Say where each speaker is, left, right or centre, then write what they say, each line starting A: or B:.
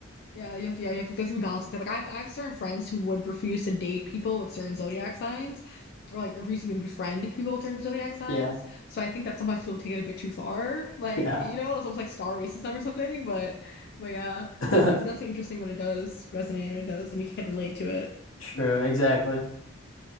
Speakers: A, on the left (about 50°); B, on the left (about 75°).
A: Yeah, you have to. Yeah, you have to. There's to be balance with it. Like I have, I have certain friends who would refuse to date people with certain zodiac signs, or like refuse to even befriend people with certain zodiac signs.
B: Yeah,
A: So I think that sometimes people take it a bit too far. Like
B: yeah,
A: you know, it's almost like star racism or something. But but yeah,
B: <laughs>
A: it's definitely interesting when it does resonate When it does, and you can relate to it.
B: true, exactly.